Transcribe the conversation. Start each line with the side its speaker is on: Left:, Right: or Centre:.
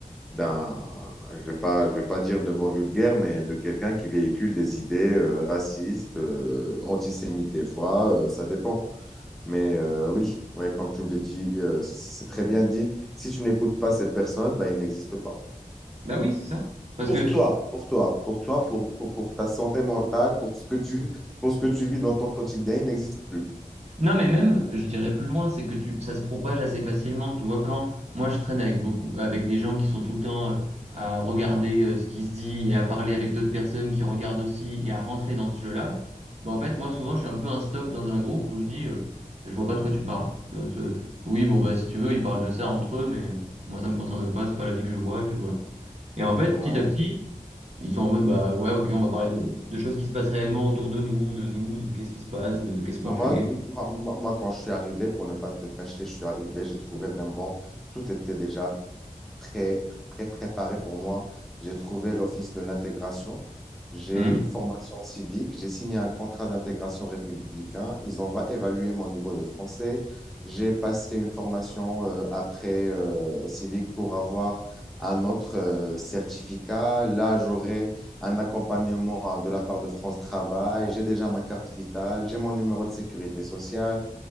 Centre: d'un, je vais pas, je vais pas dire de mots vulgaires, mais de quelqu'un qui véhicule des idées euh, racistes, euh, antisémites des fois, euh, ça dépend. Mais euh, oui, ouais, comme tu me l'as dit, euh, c'est très bien dit. Si tu n'écoutes pas ces personnes, bah, ils n'existent pas.
Right: Bah oui, c'est ça. Parce
Centre: Pour
Right: que
Centre: toi, pour toi, pour toi, pour, pour, pour ta santé mentale, pour ce que tu, pour ce que tu vis dans ton quotidien, ils n'existent plus.
Right: Non, mais même, je dirais plus loin, c'est que tu, ça se propage assez facilement. Tu vois, quand moi je traîne avec beaucoup, avec des gens qui sont tout le temps euh, à regarder euh, ce qui se dit et à parler avec d'autres personnes qui regardent aussi et à rentrer dans ce jeu-là, bah en fait, moi souvent je suis un peu un stop dans un groupe où je dis, euh, je vois pas de quoi tu parles. Euh, ce- oui, bon, bah si tu veux, ils parlent de ça entre eux, mais moi ça me concerne pas, c'est pas la vie que je vois, et puis voilà. Et en fait,
Centre: Ouais.
Right: petit à petit, ils sont en mode, bah ouais, ok, on va parler de, de- de choses qui se passent réellement autour de nous, de nous, de qu'est-ce qui se passe, de, qu'est-ce qu'on
Centre: Non,
Right: fait.
Centre: Moi, moi, moi, moi, quand je suis arrivé, pour ne pas te cacher, je suis arrivé, j'ai trouvé vraiment, tout était déjà très, très préparé pour moi. J'ai trouvé l'Office de l'intégration. J'ai
Right: Hmm.
Centre: une formation civique. J'ai signé un contrat d'intégration républicain. Ils ont va- évalué mon niveau de français. J'ai passé une formation euh, après euh, civique pour avoir un autre euh, certificat. Là, j'aurai un accompagnement euh, de la part de France Travail. J'ai déjà ma carte vitale. J'ai mon numéro de sécurité sociale.